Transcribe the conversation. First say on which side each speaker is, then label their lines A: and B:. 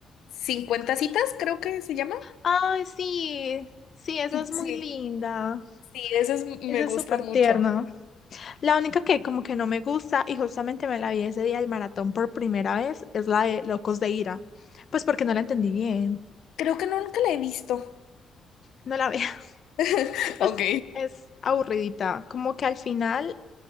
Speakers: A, on the left; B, on the left.
A: 50 citas, creo que se llama.
B: Ay, sí, sí, esa es muy
A: Sí,
B: linda.
A: sí, esa es- me
B: Esa
A: gusta
B: es súper
A: mucho.
B: tierna. La única que como que no me gusta y justamente me la vi ese día del maratón por primera vez es la de Locos de Ira. Pues porque no la entendí bien.
A: Creo que no, nunca la he visto.
B: No la veo. <laughs>
A: <laughs>
B: Pues
A: Ok.
B: es aburridita. Como que al final